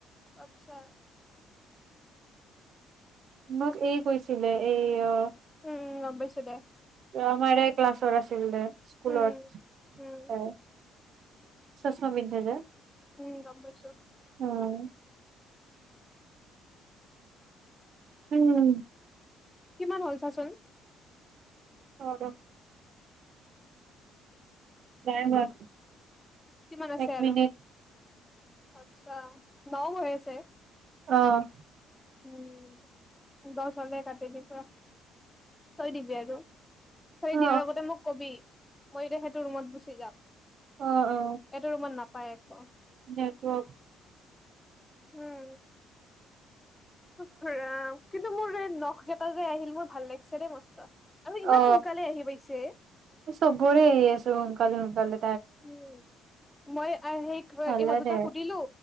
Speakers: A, on the left; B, on the right.
A: আটছা।
B: মোক এই কৈছিলে এই অ
A: উম, গম পাইছোঁ দে।
B: আমাৰে ক্লাছৰ আছিল দে। স্কুলত
A: উম উম
B: অ চস্মা পিন্ধে যে।
A: উম, গম পাইছোঁ।
B: উম উম।
A: কিমান হ'ল চাচোন।
B: হ', দম নাই হোৱা।
A: কিমান আছে
B: এক
A: আৰু।
B: মিনিট
A: আচ্ছা ন', হৈ আছে।
B: অহ ',
A: উম', দস হলে কাটি দি। পৰা তই দিবি আৰু তই
B: অ অ
A: দিয়াৰ আগতে মোক কবি। মই এতিয়া হেঁটো ৰুমত গুচি যাম।
B: অ অ
A: এটো ৰুমত নাপ পায় একো
B: নেটৱৰ্ক
A: উম ওফ ৰাম কিন্তু মোৰ নখ কেইটা যে আহিল মোৰ ভাল লাগিল চাৰে মস্ত আৰু
B: অ
A: ইমান সোনকালে আহি পাইছে
B: সবৰে এই আছে অ কালে গালে
A: উ মই সেই
B: ভালে
A: ইহঁত দুটা
B: দে
A: সুধিলো